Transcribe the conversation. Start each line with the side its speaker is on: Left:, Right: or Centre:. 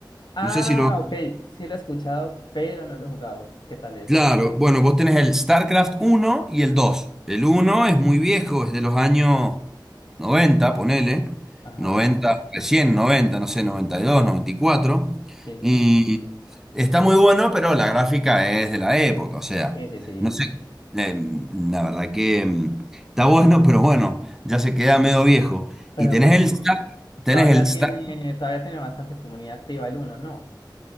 Left: Ah,
Centre: No sé si lo
Left: ok, sí lo he escuchado, pero no lo he jugado. ¿Qué tal es?
Centre: Claro, bueno, vos tenés el StarCraft uno y el 2. El uno es muy viejo, es de los años 90, ponele,
Left: Ajá,
Centre: 90, recién 90, no sé, 92, 94.
Left: sí, sí.
Centre: Y cuatro. Y está muy bueno, pero la gráfica es de la época, o sea,
Left: Sí, sí, sí.
Centre: no sé, eh, la verdad que mm, está bueno, <laughs> pero bueno, ya se queda medio viejo.
Left: Pero
Centre: Y tenés
Left: pues
Centre: el Star, tenés
Left: todavía
Centre: el Star,
Left: tiene, todavía tiene bastante comunidad activa el uno ¿no?